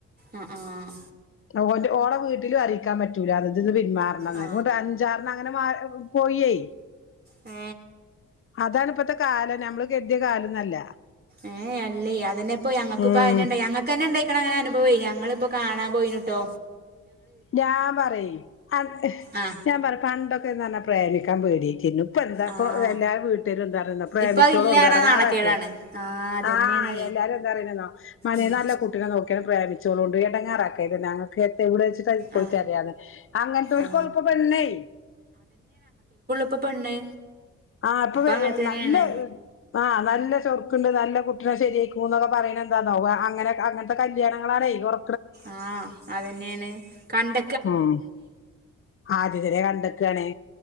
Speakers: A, on the right (about 25°); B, on the left (about 35°).
A: ആഹ് ആഹ്
B: ഓന്റെ ഓളെ വീട്ടിലും അറിയിക്കാൻ പറ്റൂലാന്ന് ഇതീന്ന് പിന്മാറണന്ന്
A: ആ
B: അങ്ങോട്ട് അഞ്ചാറെണ്ണം അങ്ങനെ മാറി പോയിയേ
A: മ്
B: അതാണ് ഇപ്പത്തെ കാലം നമ്മള് കെട്ടിയ കാലൊന്നുല്ല
A: ഏഹ് അല്ലേ അതെന്നയാ ഇപ്പം ഞങ്ങക്കും
B: ഉം
A: ഇപ്പോ അയ്നണ്ടായെ ഞങ്ങക്ക് തന്നെ ഇണ്ടായിക്കണ അങ്ങനെ അനുഭവമേ ഞ ഞങ്ങളിപ്പോ കാണാൻ പോയിനിട്ടോ
B: ഞാൻ പറയും അ
A: ആ
B: ഞാൻ പറയും പണ്ടൊക്കെന്നു പറഞ്ഞാ പ്രേമിക്കാൻ പേടിയിട്ടിരുന്നു ഇപ്പ എന്താപ്പോ
A: ആ
B: എല്ലാ വീട്ടിലും എന്താപറയന്നേ പ്രേമിച്ചോളു
A: ഇപ്പൊ അത് ഇല്ല
B: കൊണ്ട്
A: പറഞ്ഞാൽ
B: എടങ്ങാറാക്കരുത്
A: നാണക്കേടാണ് ആ അതന്നെയാണേ
B: ആഹ് എല്ലാരും എന്താ പറയന്നെന്നോ അന്യ
A: ഉം.
B: നാട്ടിലെ കുട്ടീനെ നോക്ക പ്രേമിച്ചോളു കൊണ്ട് എടങ്ങാറാക്കരുത് ഞങ്ങക്കൊക്കെ ഇവിടെച്ച് പോയി
A: ആ
B: തരാന്ന് അങ്ങനത്തെ ഒരു
A: ആ
B: കൊഴപ്പവും വരിന്നെ
A: ഇപ്പ പെണ്ണ്
B: ആഹ് ഇപ്പൊ
A: അങ്ങനെ തന്നെയാണ്
B: നല്ല ആഹ് നല്ല ചൊറുക്കുണ്ട് നല്ല കു എല്ലാം ശരിയായിക്കും എന്നൊക്കെ പറയണ എന്താന്നോ ക അങ്ങനെ അങ്ങനത്തെ കല്യാണങ്ങളാണേ ഒറ
A: ആഹ് അതന്നെയാണ് കണ്ട
B: ഉം ആരതിനെ കണ്ട്ക്കാണേ